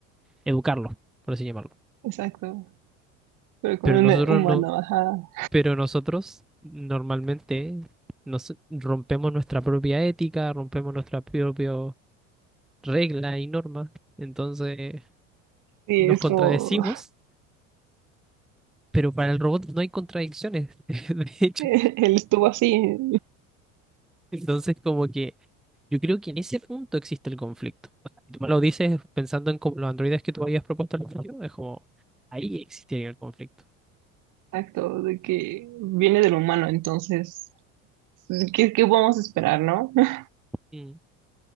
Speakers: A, in the centre; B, on the right.
A: educarlos, por así llamarlo.
B: exacto, pero con
A: Pero
B: un
A: nosotros
B: humano,
A: no,
B: ajá.
A: pero nosotros normalmente nos rompemos nuestra propia ética, rompemos nuestra propia regla y normas, entonces
B: Sí,
A: nos
B: es
A: contradecimos,
B: como,
A: pero para el robot no hay contradicciones. <laughs> De
B: <laughs>
A: hecho,
B: él estuvo así,
A: Entonces, como que yo creo que en ese punto existe el conflicto. O sea, si tú me lo dices pensando en como los androides que tú habías propuesto al principio, es como ahí existiría el conflicto.
B: exacto, de que viene del humano, entonces, ¿qué, qué podemos esperar, no? <laughs>
A: Mm.